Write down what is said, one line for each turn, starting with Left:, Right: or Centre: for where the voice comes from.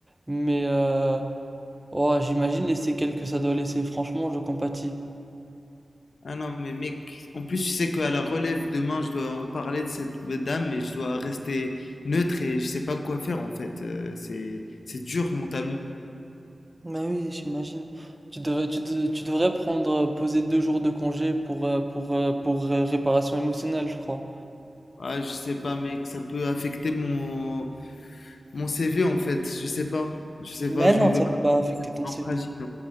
Right: Mais euh, oh, j'imagine les séquelles que ça doit laisser, franchement, je compatis.
Left: ah non, mais mec, en plus, je sais qu'à la relève demain, je dois en parler de cette dame, mais je dois rester neutre et je sais pas quoi faire en fait. Euh, c'est, c'est dur mentalement.
Right: Bah oui, j'imagine. Tu devrais, tu, de- tu devrais prendre, euh, poser deux jours de congé pour, euh, pour, euh, pour euh, réparation émotionnelle, je crois.
Left: Ah, je sais pas, mec, ça peut affecter mon, mon CV en fait. Je sais pas, je sais
Right: Mais
Left: pas, je
Right: non,
Left: veux
Right: ça
Left: pas
Right: ne peut pas affecter
Left: passer pour
Right: ton CV.
Left: un fragile.